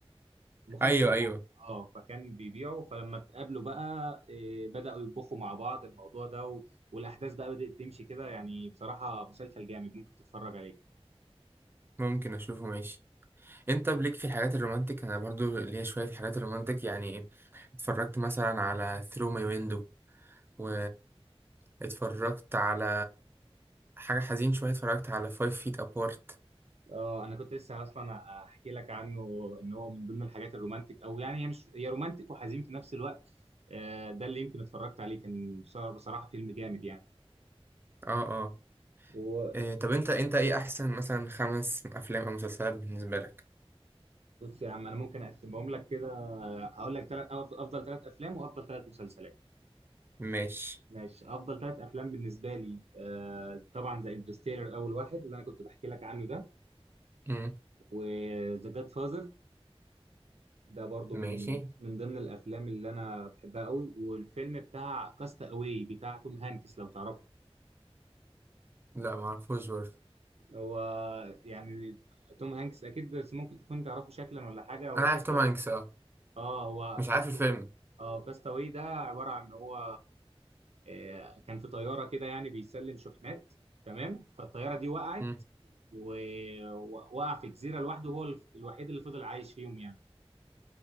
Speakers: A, on the right; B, on the right.
A: مخدر
B: أيوه أيوه
A: يعني اه فكان بيبيعه فلما اتقابلوا بقى إيه، بدأوا يطبخوا مع بعض الموضوع ده و... والأحداث بقى بدأت تمشي كده يعني بصراحة مسلسل جامد ممكن تتفرج عليه
B: ممكن أشوفه ماشي أنت بليك في الحاجات الرومانتك أنا برضو ليا شوية في الحاجات الرومانتك يعني اتفرجت مثلا على ثرو ماي ويندو و اتفرجت على حاجة حزين شوية اتفرجت على Five Feet Apart
A: اه انا كنت لسه اصلا احكي لك عنه ان هو من ضمن الحاجات الرومانتك او يعني هي مش هي رومانتك وحزين في نفس الوقت آه، ده اللي يمكن اتفرجت عليه كان بصراحة بصراحة فيلم جامد يعني
B: اه اه
A: وبص
B: إيه طب انت انت ايه احسن مثلا خمس افلام او مسلسلات بالنسبة لك
A: يا عم انا ممكن اقسمهم لك كده آه، هقول لك تلات افضل ثلاث افلام وافضل ثلاث مسلسلات
B: ماشي
A: ماشي افضل ثلاث افلام بالنسبه لي آه طبعا ذا انترستيلر اول واحد اللي انا كنت بحكي لك عنه ده
B: امم
A: وذا جاد فازر ده برضو
B: ماشي
A: من من ضمن الافلام اللي انا بحبها قوي والفيلم بتاع كاست اواي بتاع توم هانكس لو تعرفه
B: لا معرفوش برضه
A: هو يعني توم هانكس اكيد بس ممكن تكون تعرفه شكلا ولا حاجه هو
B: انا عارف
A: كاست
B: توم هانكس اه
A: اه هو
B: مش عارف
A: كاست
B: الفيلم
A: اه كاست اواي ده عباره عن ان هو آه، كان في طياره كده يعني بيسلم شحنات تمام فالطياره دي وقعت
B: امم
A: ووقع في جزيره لوحده هو الف- الوحيد اللي فضل عايش فيهم يعني